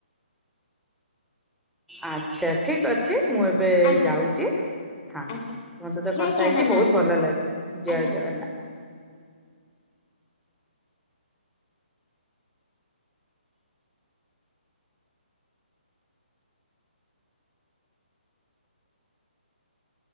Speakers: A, in the centre; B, on the left.
A: ଆଚ୍ଛା, ଠିକ୍ ଅଛି ମୁଁ ଏ ଏବେ
B: ଆଜ୍ଞା
A: ଯାଉଛି ହଁ ତମ
B: ଆଜ୍ଞା
A: ସହିତ
B: ଜୟ
A: କଥା
B: ଜଗନ୍ନାଥ
A: ହେଇକି ବହୁତ ଭଲ ଲାଗିଲା, ଜୟ
B: ଆଜ୍ଞା।
A: ଜଗନ୍ନାଥ।